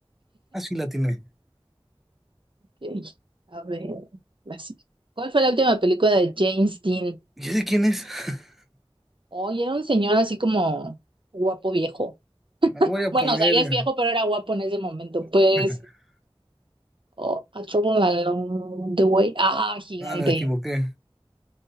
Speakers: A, in the centre; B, on the right (about 55°).
A: Ah, sí la tiene.
B: Ok. A ver, la sí- ¿Cuál fue la última película de James Dean?
A: ¿Y sé quién es? <laughs>
B: Oye, era un señor así como guapo viejo.
A: Ah, Voy a poner...
B: Bueno, o sea, ya
A: eh,
B: es viejo, pero era guapo en ese momento. Pues
A: <laughs>
B: Oh, A Trouble Along the Way. Ah, gigante.
A: Ah, me equivoqué.